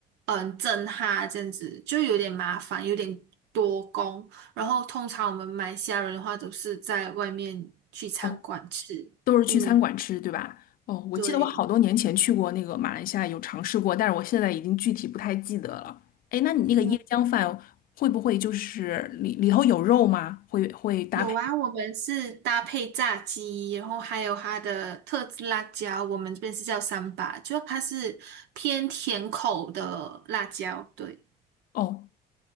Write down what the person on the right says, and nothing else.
嗯蒸它，这样子就有点麻烦，有点多工。然后通常我们马来西亚人的话都是在外面去餐馆吃，
嗯，
对。
嗯。
有啊，我们是搭配炸鸡，然后还有它的特制辣椒，我们这边是叫三把，就它是偏甜口的辣椒。对，